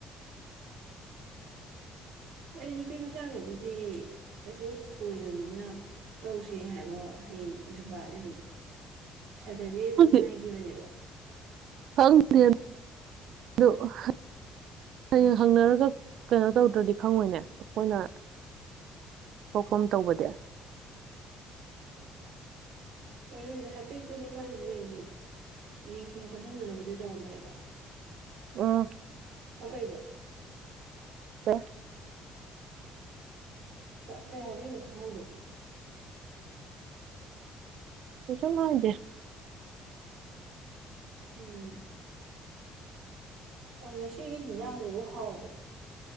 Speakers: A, on the right; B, on the right.
A: <inaudible>
B: ꯑꯩ ꯅꯨꯄꯤ ꯃꯆꯥꯒꯩꯗꯗꯤ ꯀꯩꯁꯨ ꯊꯣꯏꯗꯕꯅꯤꯅ ꯇꯧꯁꯦ ꯍꯥꯏꯕ ꯍꯌꯦꯡ ꯖꯨꯞꯄꯥꯖꯦ ꯑꯗꯨꯝ ꯁꯇꯔꯗꯦ ꯑꯗꯨꯝ
A: ꯈꯪꯗꯦ
B: ꯍꯥꯏꯒꯤꯕꯅꯦꯕ
A: <unintelligible> ꯍꯤꯌꯦꯡ ꯍꯪꯅꯔꯒ ꯀꯩꯅꯣ ꯇꯧꯗ꯭ꯔꯗꯤ ꯈꯪꯉꯣꯏꯅꯦ ꯑꯩꯈꯣꯏꯅ ꯊꯣꯛꯄ
B: ꯎꯝ
A: ꯑꯃ ꯇꯧꯕꯗꯤ
B: ꯍꯣꯏ ꯑꯗꯨꯕꯨꯗꯤ ꯍꯥꯏꯐꯦꯠꯄꯨꯗꯤ ꯈꯔ ꯂꯩꯔꯤ ꯌꯦꯡꯁꯤꯟ ꯈꯣꯠꯆꯤꯟꯗꯨꯅꯗꯤ ꯇꯧꯔꯝꯕꯅꯦꯕ
A: ꯑꫭ
B: ꯍꯥ ꯀꯩꯕꯨ
A: <unintelligible>
B: ꯀꯩ ꯍꯥꯏꯕꯤꯌꯨꯗꯅꯣ ꯈꯪꯍꯧꯗꯦ
A: ꯀꯩꯁꯨꯝ ꯍꯥꯏꯗꯦ
B: ꯎꯝ ꯑꯦ ꯉꯁꯤꯒꯤ ꯍꯤꯟꯖꯥꯡꯗꯨꯕꯨ ꯍꯥꯎꯕꯔꯣ